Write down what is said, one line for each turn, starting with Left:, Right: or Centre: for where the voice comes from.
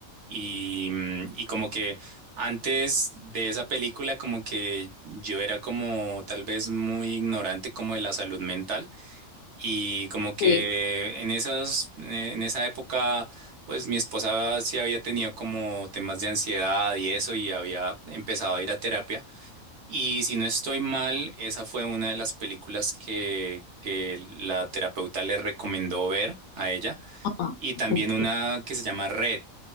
Right: y, mm, y como que antes de esa película como que yo era como tal vez muy ignorante como de la salud mental. Y como que
Left: Sí.
Right: en esas, en esa época, pues mi esposa sí había tenido como temas de ansiedad y eso, y había empezado a ir a terapia. Y si no estoy mal, esa fue una de las películas que, que la terapeuta le recomendó ver a ella.
Left: Ajá.
Right: Y también
Left: Ok.
Right: una que se llama Red,